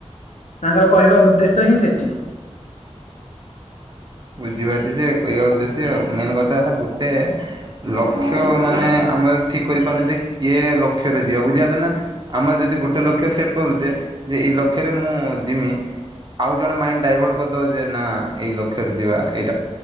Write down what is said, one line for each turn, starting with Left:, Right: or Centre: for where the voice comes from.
Left: ତାଙ୍କର କହିବା ଉଦ୍ଦେ ସ ହିଁ ସେଠି।
Right: ବୁଝିପାରୁଚି ଯେ କହିବା ଉଦ୍ଦେଶ୍ୟ ମେନ କଥା ହେଲା ଗୋଟେ ଲକ୍ଷ୍ୟ ମାନେ ଆମେ ଠିକ୍ କରିପାରନେ ଯେ କିଏ ଲକ୍ଷ୍ୟରେ ଯିବ ବୁଝିପାରିଲେ ନା ଆମେ ଯଦି ଗୋଟେ ଲକ୍ଷ୍ୟ ସେଟ୍ କରୁଚେ ଯେ ଏଇ ଲକ୍ଷ୍ୟରେ ମୁଁ ଜିମି ଆଉ ଜଣେ ମାଇଣ୍ଡ ଡାଇଭର୍ଟ କରିଦବ ଯେ ନା ଏଇ ଲକ୍ଷ୍ୟରେ ଯିବା ଏଇ